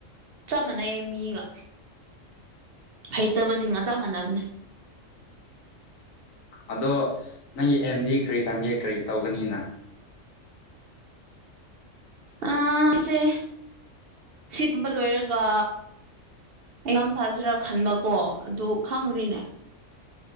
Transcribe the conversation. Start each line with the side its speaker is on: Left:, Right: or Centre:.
Right: ꯆꯞ ꯃꯥꯟꯅꯩ ꯃꯤꯒ ꯍꯩꯇꯕꯁꯤꯡꯒ ꯆꯞ ꯃꯥꯟꯅꯕꯅꯦ
Left: ꯑꯗꯣ ꯅꯪꯒꯤ ꯑꯦꯝꯗꯤ ꯀꯔꯤ ꯊꯝꯒꯦ ꯀꯔꯤ ꯇꯧꯒꯅꯤꯅ
Right: ꯑ ꯑꯩꯁꯦ ꯁꯤꯝꯕ ꯂꯣꯏꯔꯒ ꯑꯦꯛꯖꯥꯝ ꯊꯥꯖꯤꯔꯥ ꯈꯟꯕꯀꯣ ꯑꯗꯨ ꯈꯪꯗ꯭ꯔꯤꯅꯦ